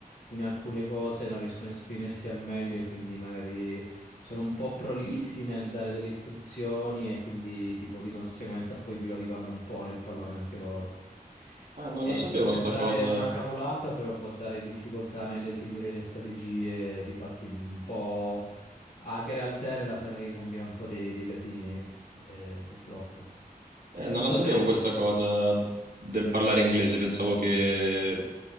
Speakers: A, on the left (about 85°); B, on the right (about 85°).
A: in alcune cose non riescono a esprimersi al meglio e quindi magari sono un po' prolissi nel dare delle istruzioni e quindi tipo di conseguenza poi i piloti vanno un po' nel pallone anche loro.
B: Ah, non
A: E
B: la sapevo
A: può sembrare
B: sta cosa.
A: una cavolata, però può dare difficoltà nell'eseguire le strategie, difatti un po' a gare alterne la Ferrari combina un po' dei, dei casini eh, purtroppo.
B: Eh, non
A: Non
B: la
A: so
B: sapevo
A: se...
B: questa
A: de-
B: cosa del parlare inglese, pensavo che